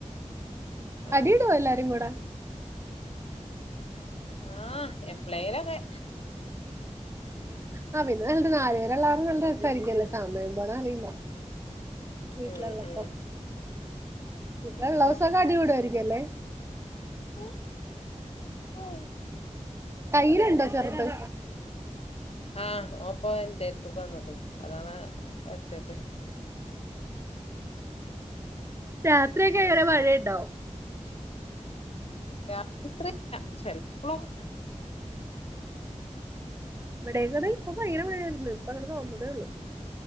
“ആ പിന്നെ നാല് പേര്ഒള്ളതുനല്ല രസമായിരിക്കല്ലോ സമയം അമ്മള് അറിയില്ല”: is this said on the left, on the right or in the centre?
Right